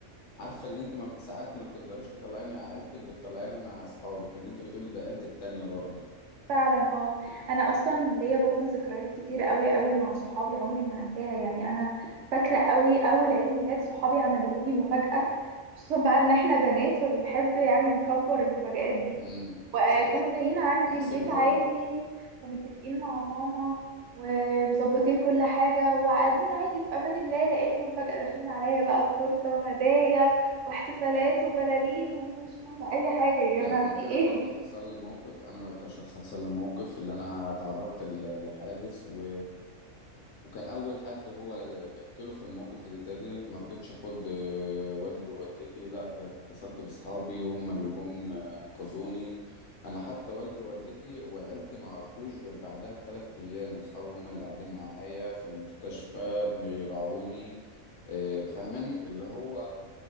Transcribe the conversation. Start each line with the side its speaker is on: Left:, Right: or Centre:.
Left: عارفه اللي انت ما بت- ساعات ما بتقدريش تطلعيه مع عيلتك بتطلعيه مع اصحابك اللي انت بتقولي ده عيلتي التانية برضه
Right: فعلا اه انا اصلا ليا برضو ذكريات كتير قوي قوي مع صحابي عمري ما هنساها يعني انا فاكره قوي اول عيد ميلاد صحابي عملوه لي مفاجاه خصوصا بقى ان احنا بنات فبنحب يعني نكبر المفاجآت دي
Left: امم
Right: وكانوا
Left: صح
Right: جايين عندي
Left: عكس
Right: البيت
Left: الولاد
Right: عادي ومتفقين مع ماما ومظبطين كل حاجه وقاعدين عادي في امان الله لقيتهم فجاه داخلين عليا بقى بتورته وهدايا واحتفالات وبلالين وانا مش فاهمه اي حاجه يا
Left: يعني
Right: جماعه في
Left: انا
Right: ايه
Left: برضه حصل لي موقف انا كشخص حصل لي موقف اللي انا تعرضت ل- لحادث و... وكان اول حد هو لجأت له في الموقف اللي زي ديت ما رضيتش اخد آه، والدي ووالدتي لا اتصلت باصحابي هم اللي جم آه، انقذوني انا حتى والدي ووالدتي وعيلتي ما عرفوش غير بعدها بثلاث ايام اصحابي هم اللي قاعدين معايا في المستشفى بيراعوني آه، فاهماني اللي هو